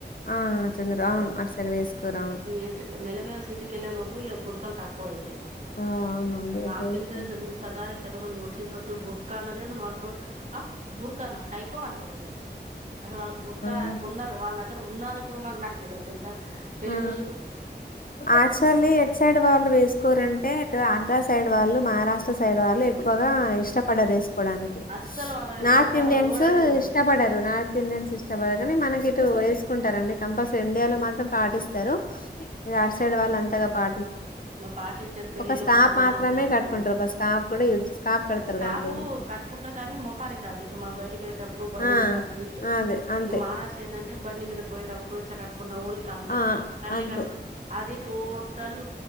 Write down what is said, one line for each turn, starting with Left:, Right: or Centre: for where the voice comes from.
Left: ఆ చంద్ర అవును
Right: ఆ
Left: అటు సైడ్ వేసుకోరు అవును
Right: ఎట్ల మెల్లగా సిటీకి కెళ్ళే లోపు ఇ బురకలు తక్కువ అయితాయి
Left: ఆ అవునండి
Right: నాకు
Left: అటు వేసుకోరు
Right: తెలిసిన చద సగానికి సగం మంది ముస్లిమ్స్ అసలు బుర్కా అన్నది అసలు వాళ్ళకు ఆ బుర్కానా కాయ్ కో అంటారు ఇగ అసలు వాళ్ళకి బుర్కా
Left: ఆ
Right: కొన్నారు వాళ్ళ దగ్గర ఉన్నదో కూడా మాకు నాకు తెలియదు తెలుసా పెళ్ళి
Left: ఆ
Right: రో
Left: యాక్చువల్లీ ఎటు సైడ్ వాళ్ళు వేసుకోరంటే ఇటు ఆంధ్రా సైడ్ వాళ్ళు మహారా కాస్ట్ సైడ్ వాళ్ళు ఎక్కువగా ఇష్టపడ రేస్ డానికి
Right: అస్సలు వాళ్ళ
Left: నార్త్
Right: బుర్కా అనే
Left: ఇండియన్స్
Right: వర్డే తెలవది
Left: ఇష్టపడరు. నార్త్ ఇండియన్స్ ఇష్టపడరు కానీ మనకి ఇటు టారండి కంపల్సరీ ఇండియా లో మాత్రం పాటిస్తారు.
Right: ఉహు
Left: అట్ సైడ్ వాళ్ళు అంతగ పా
Right: పాటించారు పెళ్ళిలో
Left: ఒక స్కాప్
Right: కొంతమంది
Left: మాత్రమే
Right: అట్లా వేసుకొని
Left: కట్టుకుంటారు
Right: వస్తారు
Left: ఒక స్కాప్ కూడా యు స్కాప్ కడతారు
Right: స్కార్ఫ్
Left: గంతే ఇంకా
Right: కట్టుకుంటారు కానీ ముఖానికి కాదు ఇట్ మనం బయటకి వెళ్ళేటప్పుడు బండి
Left: ఆ
Right: మీద నడుపుచ్చే
Left: అదే అంతే
Right: ఈ మహారాష్ట్ర ఎం అంటే బండి మీద పోయేటప్పుడు ఇట్లా కట్ ఓన్లీ కల్సిడర్
Left: ఆ
Right: కళ్లే
Left: అంతే
Right: కనబడ అది టోటల్